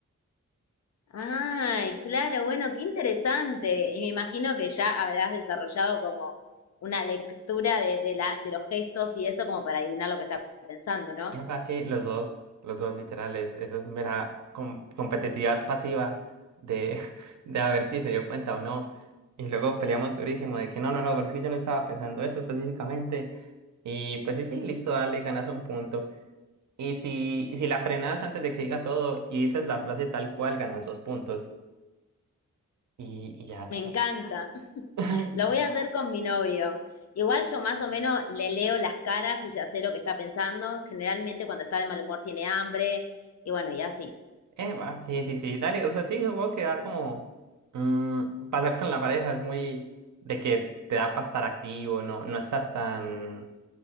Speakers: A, on the left (about 60°); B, on the right (about 70°).
A: Ay, claro, bueno, qué interesante. Y me imagino que ya habrás desarrollado como una lectura de, de la, de los gestos y eso como para adivinar lo que está pensando, ¿no?
B: Epa, sí, los dos, los dos literales. Eso es mera com- competitividad pasiva de, <laughs> de a ver si se dio cuenta o no. Y luego peleamos durísimo de que no, no, no, pero es que yo no estaba pensando eso específicamente. Y pues sí, sí, listo, dale, ganas un punto. Y si, y si la frenas antes de que diga todo y dices la frase tal cual, ganas dos puntos. Y, y ya.
A: Me encanta.
B: <laughs>
A: Lo
B: Sí.
A: voy a hacer con mi novio. Igual yo más o menos le leo las caras y ya sé lo que está pensando. Generalmente cuando está de mal humor tiene hambre y bueno, y así.
B: Eva, sí, sí, sí, dale, o sea, sí, supongo que da como mm, pasar con la pareja es muy de que te da para estar activo, no, no estás tan,